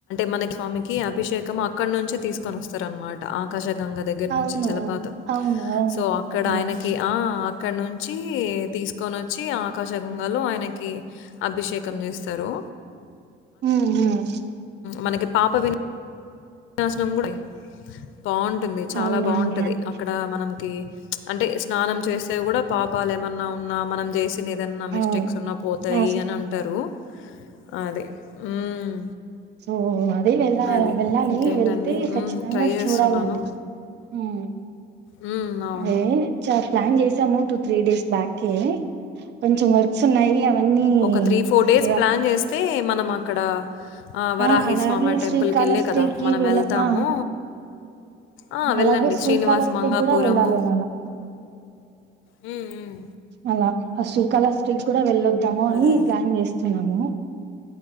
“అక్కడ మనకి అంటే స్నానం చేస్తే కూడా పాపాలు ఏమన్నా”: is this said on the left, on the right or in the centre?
Left